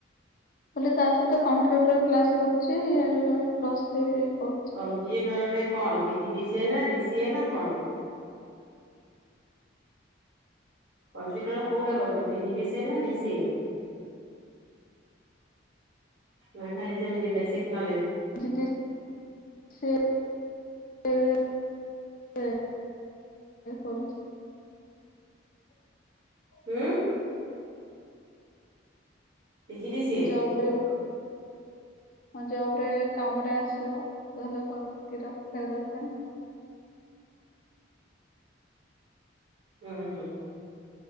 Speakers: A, on the left; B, on the right.
A: ବୋଲି ତା ସହିତ କମ୍ପ୍ୟୁଟର କ୍ଲାସ କରୁଛି। ଇଆଡେ ପ୍ଲସ୍ ଥ୍ରୀ ବି କରୁଛି।
B: କମ୍ପ୍ୟୁଟରରେ କଣ P G D C A, ନା ଡି ସି ଏ ନା କଣ? କମ୍ପ୍ୟୁଟର କୋଉଟା କରିଛ ପିଜି ଡି ସି ଏ ନା ଡି ସି ଏ? ନା ଖାଲି ସେମିତି basic knowledge.
A: G T S ସେ <unintelligible> ପଡୁଚି।
B: ହୁଁ। PG D CA.
A: Job grade. ହଁ ଜବ୍ ରେ କାମ ରେ ଆସିବ ତାହେଲେ <unintelligible> ରଖିଥିବା ଦରକାର ନା।
B: ହୁଁ ହୁଁ।